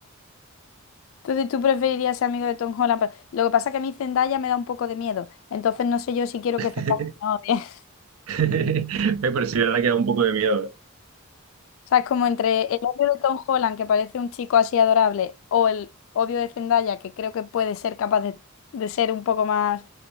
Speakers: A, on the left; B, on the right.
A: Entonces, ¿tú preferirías ser amigo de Tom Holland? pero- Lo que pasa es que a mí Zendaya me da un poco de miedo. Entonces, no sé yo si quiero
B: <laughs>
A: que Zendaya me odie.
B: Eh, Pero sí, la verdad que da un poco de miedo.
A: O sea, es como entre el odio de Tom Holland, que parece un chico así adorable, o el odio de Zendaya, que creo que puede ser capaz de, de ser un poco más